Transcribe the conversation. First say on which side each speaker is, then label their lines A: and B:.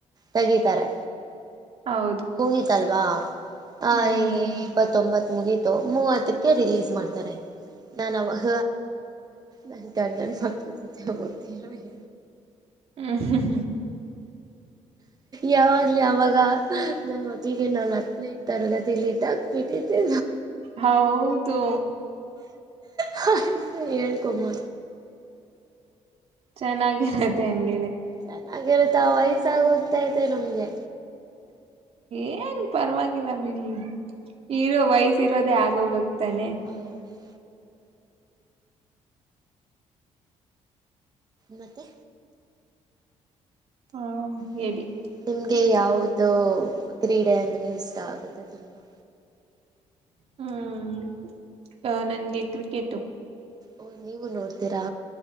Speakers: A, on the right; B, on the right.
A: ತೆಗಿತಾರೆ
B: ಹೌದು
A: ಮುಗಿತಲ್ವಾ ಆ
B: ಹ್ಮ್
A: ಇಪ್ಪತ್ತೊಂಬತ್ತು ಮುಗೀತು ಮೂವತ್ತಕ್ಕೆ ರಿಲೀಸ್ ಮಾಡ್ತಾರೆ ನಾನ್ ಅವಹ ನನ್ ಗಡನ್ ಮಕ್ಕಿ ಜೊತೆ ಗೊತ್ತರಬೇಕ
B: ಹ್ಮ್ ಹ <unintelligible> <unintelligible>
A: ಯಾವಾಗ್ ಯಾವಾಗ ನನ್ ಮಕ್ಳಿಗೆ ನಾ ಹತ್ತನೈದ ತರಗತಿಟ್ ಹಾಕ್ಬಿಟ್ಟಿದ್ದೆ
B: ಹೌದು
A: ಹಳ್ಕೊಬದು
B: ಚೆನ್ನಾಗಿರುತ್ತೆ ಹಂಗ
A: ಚೆನ್ನಾಗಿರುತ್ತಾ ವಯಸ್ಸಾಗಿ ಹೋಗ್ತತೆ ನಮ್ಗೆ
B: ಏನ್ ಪರವಾಗಿಲ್ಲ ಬಿಡಿ ಇರೋ ವಯಸ ಇರೋದೇ ಆಗೋಗಕ್ ತನೆ
A: ಹೌದು ಮತ್ತೆ
B: ಹಾ
A: ಹ್ಮ
B: ಹೇಳಿ
A: ನಿಮ್ಗೆ
B: ಹ್ಮ್
A: ಯಾವವುದೋ ಕ್ರೀಡೆ ಅಂದ್ರೆ ಇಷ್ಟ ಆಗುತ್ತೆ ತುಂಬಾ
B: ಹ್ಮ್ ಅ ನನ್ಗೆ ಕ್ರಿಕೆಟು
A: ಓ ನೀವು ನೋಡ್ತೀರಾ